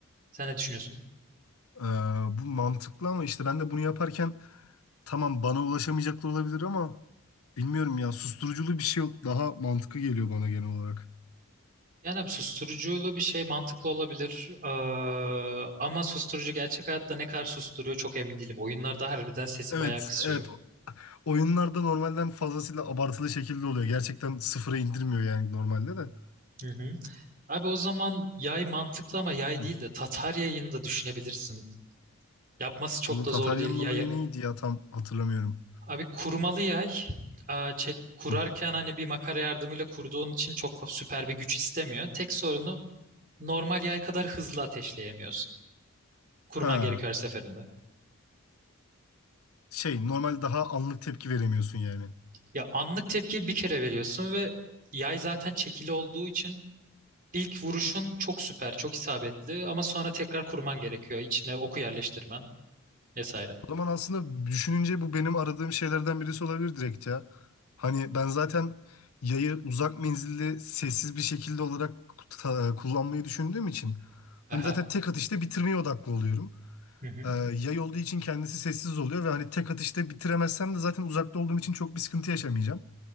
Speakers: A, on the right; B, on the left.
A: Sen ne düşünüyorsun?
B: E, bu mantıklı ama işte ben de bunu yaparken tamam bana ulaşamayacaklar olabilir ama bilmiyorum ya susturuculu bir şey daha mantıklı geliyor bana genel olarak.
A: Yani abi susturuculu bir şey mantıklı olabilir. Aa, ama susturucu gerçek hayatta ne kadar susturuyor çok emin değilim. Oyunlarda harbiden sesi
B: Evet,
A: bayağı kısıyor.
B: evet. Oyunlarda normalden fazlasıyla abartılı şekilde oluyor. Gerçekten sıfıra indirmiyor yani normalde de.
A: Hı hı. Abi o zaman yay mantıklı ama yay
B: Hı.
A: değil de Tatar yayını da düşünebilirsin. Yapması çok
B: Bu
A: da
B: Tatarya'nın
A: zor değil yay.
B: olayı neydi ya tam hatırlamıyorum.
A: Abi kurmalı yay. Aa, çek, kurarken
B: Hı.
A: hani bir makara yardımıyla kurduğun için çok fa- süper bir güç istemiyor. Tek sorunu normal yay kadar hızlı ateşleyemiyorsun. Kurman
B: Ha,
A: gerekiyor her seferinde.
B: şey normal daha anlık tepki veremiyorsun yani.
A: Ya anlık tepkiyi bir kere veriyorsun ve yay zaten çekili olduğu için ilk vuruşun çok süper, çok isabetli ama sonra tekrar kurman gerekiyor. İçine oku yerleştirmen vesaire.
B: O zaman aslında düşününce bu benim aradığım şeylerden birisi olabilir direkt ya. Hani ben zaten yayı uzak menzilli sessiz bir şekilde olarak ta- kullanmayı düşündüğüm için
A: Aha.
B: hani zaten tek atışta bitirmeye odaklı oluyorum.
A: Hı hı.
B: Ee, yay olduğu için kendisi sessiz oluyor ve hani tek atışta bitiremezsem de zaten uzakta olduğum için çok bir sıkıntı yaşamayacağım.